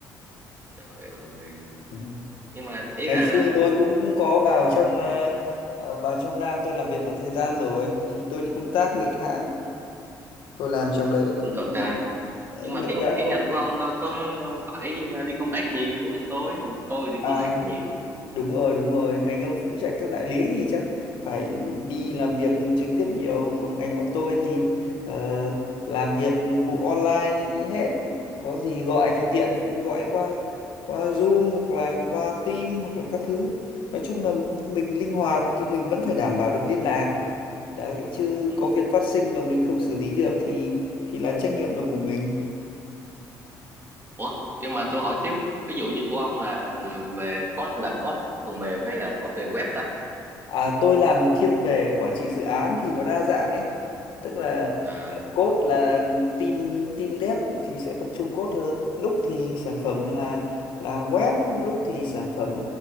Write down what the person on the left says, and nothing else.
Ừ.
Ngày
xưa
tôi cũng có vào trong ờ, ờ, vào trong Nam tôi làm việc một thời gian rồi thì tôi đi công tác mấy tháng. Tôi làm trong đấy
cũng
được
cái
à
đúng rồi đúng rồi ngành ông phụ trách các đại lý thì chắc phải đi làm việc trực tiếp nhiều còn ngành bọn tôi thì ờ, làm việc vụ online hết có gì gọi thì tiện vụ gọi qua qua Zoom hoặc là qua Team hoặc là các thứ nói chung là mình linh hoạt nhưng mình vẫn phải đảm bảo được liên lạc đấy chứ
có việc phát sinh mà mình không xử lý được thì thì là trách nhiệm là của mình
À, tôi làm thiên về quản trị dự án thì nó đa dạng ấy. Tức là
ờ, code là team team dev thì sẽ tập trung code hơn. Lúc thì sản phẩm
là là web, lúc thì sản phẩm